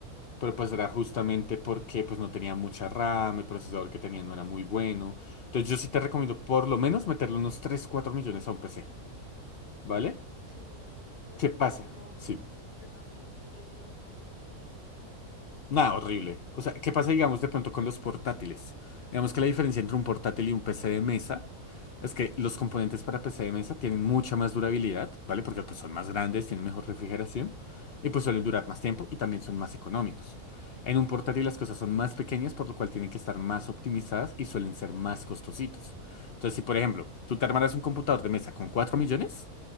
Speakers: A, on the left; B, on the left.
A: pero pues
B: lo que
A: era
B: vi,
A: justamente porque pues no tenía mucha RAM, el procesador que tenía no era muy bueno. Entonces yo sí te
B: no
A: recomiendo
B: inclu-
A: por lo menos meterle unos 3 4 millones a un PC, ¿vale?
B: sí, claro, no
A: ¿Qué
B: incluso
A: pasa?
B: yo,
A: Sí.
B: yo también tengo un portátil y esto para neto.
A: Nada, horrible. O sea, ¿qué pasa, digamos, de pronto con los portátiles? Digamos que la diferencia entre un portátil y un PC de mesa es que los componentes para PC de mesa tienen mucha más durabilidad, ¿vale? Porque pues, son más grandes, tienen mejor refrigeración y pues suelen durar
B: Sí,
A: más tiempo y también son más económicos. En un portátil las cosas son más pequeñas, por lo cual tienen que estar más optimizadas y suelen ser más costositos. Entonces, si por ejemplo, tú te armaras un computador de mesa con 4 millones,